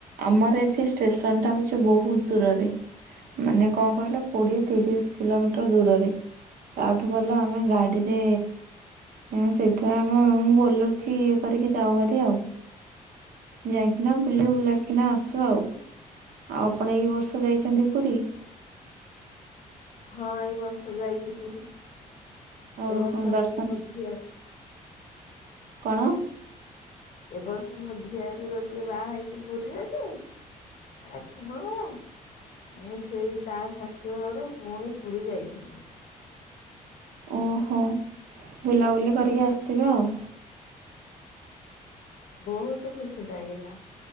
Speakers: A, on the right; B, on the left.
A: ଆମର ଏଠି ଷ୍ଟେସନଟା ହଉଚି ବହୁତ୍ ଦୂରରେ। ମାନେ କଣ୍ କହିଲ କୋଡିଏ ତିରିଶ୍ କିଲୋମିଟର ଦୂରରେ। ତାଠୁ ଭଲ ଆମେ ଗାଡ଼ିରେ ଏଁ ସେଥିପାଇଁ ଆମେ ବୋଲେର୍ କି ଇଏ କରିକି ଯାଉ ଭାରି ଆଉ। ଯାଇକିନା ବୁଲିବୁଲା କିନା ଆସୁ ଆଉ। ଆଉ ଆପଣ ଏଇ ବର୍ଷ ଯାଇଚନ୍ତି ପୁରୀ?
B: ହଁ ଏଇ ବର୍ଷ ଯାଇଚି ପୁରୀ ଏ
A: ଓହୋ
B: ବର୍ଷ
A: ଦର୍ଶନ
B: ଗୋଟେ <unintelligible>
A: କଣ?
B: ଏ ବର୍ଷ ମୋ ଝିଆରୀ ଗୋଟିଏ ବାହା ହେଇଚି ପୁରୀରେ ଯେ ଆଠ ନ <unintelligible> ମୁଁ ସେଇ ତା ଶାଶୁ ଘରୁ ପୁଣି ପୁରୀ ଯାଇଥିଲି।
A: ଉଁ-ହୁ ବୁଲାବୁଲି କରିକି ଆସିଥିବେ ଆଉ।
B: ବହୁତୁ ଖୁସି ଲାଗିଲା